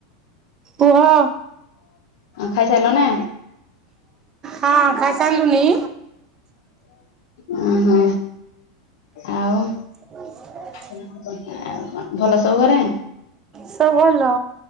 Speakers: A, on the right; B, on the left.
A: କୁହ।
B: ଖାଇସାଇଲ ନେ।
A: ହଁ ଖାଇ ସାଇଲୁନି।
B: ଓହୋ ଆଉ।
A: ହ
B: ଆଉ କଣ ଭଲ ସବୁ ଘରେ?
A: ସବୁ ଭଲ